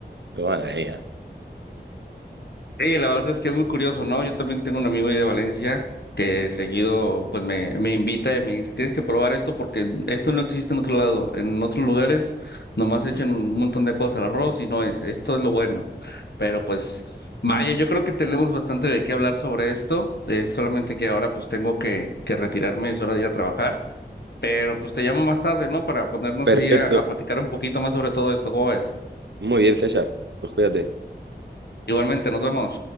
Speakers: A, on the right; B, on the left.
A: Madre mía.
B: Sí, la verdad es que es muy curioso, ¿no? Yo también tengo un amigo ahí de Valencia que seguido pues me, me invita y me dice, tienes que probar esto porque esto no existe en otro lado. En otros lugares nomás echan
A: <laughs>
B: un montón de cosas al arroz y no es, esto es lo bueno. Pero pues vaya, yo creo que tenemos bastante de qué hablar sobre esto, eh, solamente que ahora pues tengo que, que retirarme, es hora de ir a trabajar, pero pues te llamo más tarde, ¿no? Para ponernos
A: Perfecto.
B: ahí a, a platicar un poquito más sobre todo esto, ¿cómo es?
A: Muy bien, César. Pues cuídate.
B: Igualmente, nos vemos.